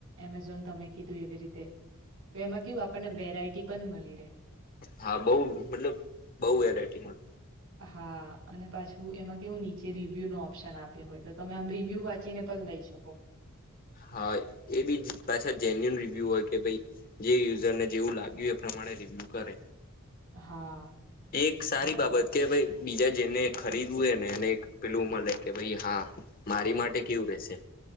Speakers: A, on the right; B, on the left.
A: એમેઝોન તમે કીધું એવી રીતે તો એમાં કેવું આપણને વેરાયટી પણ મળી રહેે.
B: હા બઉ મતલબ બઉ વેરાયટી મળે
A: હા અને પાછું એમાં કેવું નીચે રિવ્યુ નો ઓપ્શન આપ્યો હોય તો તમે આમ રિવ્યુ વાંચીને પણ લઈ શકો
B: હ <unintelligible> હા એ બી પાછા જેન્યુન રિવ્યુ હોય કે ભાઈ જે યુઝરને જેવું લાગ્યું પ્રમાણે મળે રિવ્યૂ કરરે
A: હા
B: એક સારી
A: અને
B: બાબત કે ભાઈ બીજા જેને ખરીદવું એ ને એને પેલું મળે કે ભાઈ હા મારી માટે કેવું રેશે